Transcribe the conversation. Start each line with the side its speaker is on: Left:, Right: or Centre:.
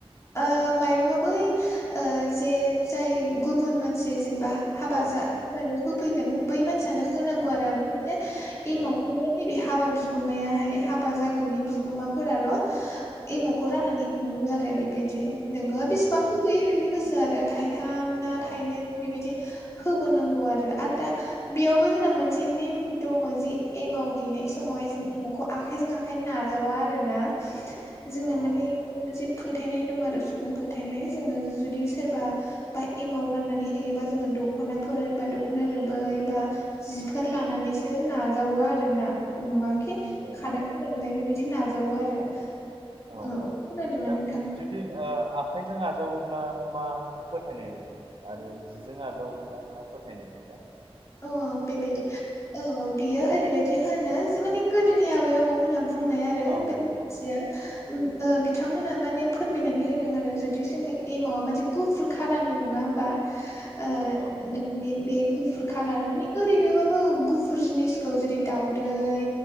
Left: ओ माइरंआ बै ओ जे जाय गुबुन मानसि जेनेबा हाबा
Right: औ
Left: जा
Right: औ
Left: हाबायाव होफैगोन बै मानसियानो होनांगौ
Right: औ
Left: आरो ओमफ्रायसो एमावखौनो
Right: ए
Left: नैबे हाबा बिगुमायाहाय हाबा जागोननि बिगुमाफोराल' एमावखौ
Right: अ
Left: राननानै हरो आरो बेबायदि नोङो
Right: नंगौ
Left: बेसेबां
Right: नंगौ
Left: होबोयो नोंनि गोसो आरो थाइथाम ना थाइनै
Right: औ
Left: बेबायदि होबोनांगौ आरो आर दा बेयावबो जोंना मोनसे नेम दङ जि एमाव हैनाय समावहाय जों एमावखौ आखाइजों आखाइ नाजावा आरोना जोंना
Right: औ अ
Left: माने बे मोनसे फोथायनाय दं आरो सुबुं फोथायनाय जोङो जुदि सोरबा बा एमाव राननानै होयोबा जोङो दख'नाफोर बा दख'ना रोबै बा जिफोर लानानैसो नाजावो आरोना नङा खि
Right: ए
Left: खादा थलायावहाय बेबायदि नाजावो आरो।
Right: औ
Left: खोनादोंना
Right: दा
Left: नोंथाङा
Right: <unintelligible> जुदि ओ आखाइजों आजावोब्ला मा फोथायनाय आरो जिजों आजावब्ला मा फोथायनाय नोंथां?
Left: ओ बेबायदि ओ बियो ओरैबायदि होनो माने गोदोनि आबै आबौमोनहा बुंनाय आरो <unintelligible>
Right: औ
Left: मिथिया
Right: नंगौ
Left: ओ बिथांमोना माने फोरमायनानै होदों आरो जुदि जोंनि एमावआ मोनसे गुफुर कालारनि नङा होमबा ओ
Right: औ
Left: थारमाने
Right: नंगौ
Left: बे गुफुर मानि ओरैनोबाबो गुफुर जिनिसखौ जेरै दाउदै